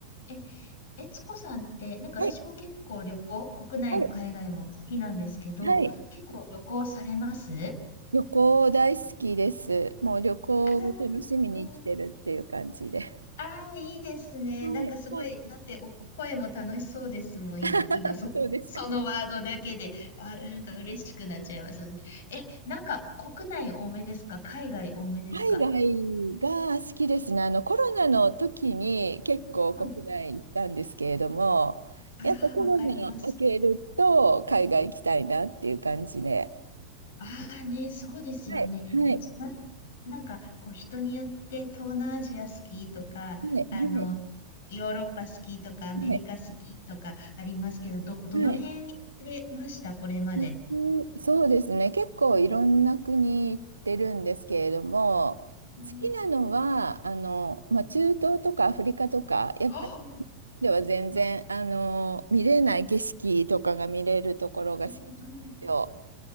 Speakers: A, on the left; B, on the right.
A: え、えつこさんって、なんか私も結構旅行、
B: はい、
A: 国内も海外も好きなんですけど、
B: はい、はい。
A: 結構旅行されます
B: 旅行大好きです。もう旅行を楽しみに生きてるっていう感じで。
A: ああー、うん。ああ、いいですね。
B: はい、
A: なんかすごい、
B: はい。
A: だってお声も楽しそうですもん、今、
B: <laughs>
A: 今そ、
B: そうですか。
A: <laughs> そのワードだけで、あ、なんか嬉しくなっちゃいますよね。え、なんか国内多めですか海外多めですか
B: 海外が好きですね。あの、コロナの時に結構国内行ったんですけれども、
A: うん。ああ、
B: やっぱコロナ明けると海外行きたいなっていう感じで。
A: わかります。ああね、そうですよね。
B: はい、はい、
A: え、ちなみになんか、こう、人によって東南アジア好きとか、
B: はい、
A: あの、
B: はい、
A: ヨーロッパ好きとか、アメリカ好きとかありますけど、
B: はい。
A: ど、どの辺行かれましたこれまで。
B: はい私そうですね。結構いろんな国行ってるんですけれども、
A: うん。
B: 好きなのは、あの、まあ、中東とかアフリカとか、やっぱり
A: ああ
B: では全然、あの、見れない景色とかが見れるところが好きなんですよ。
A: うんうん。